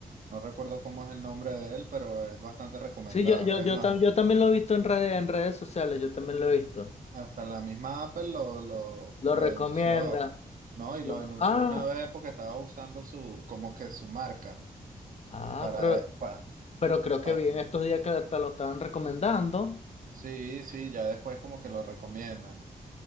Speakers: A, on the right; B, on the left.
A: No recuerdo cómo es el nombre de él, pero es bastante recomendado.
B: Sí, yo, yo,
A: Es
B: yo,
A: más,
B: tam- yo también lo he visto en redes, en redes sociales, yo también lo he visto.
A: hasta la misma Apple lo, lo,
B: Lo
A: lo
B: recomienda.
A: denunció, ¿no? Y lo
B: Lo-
A: denunció
B: ah,
A: una vez porque estaba usando su, como que su marca
B: ah,
A: para,
B: pero,
A: para,
B: pero creo
A: para.
B: que vi en estos días que hasta lo estaban recomendando.
A: Sí, sí, ya después como que lo recomiendan,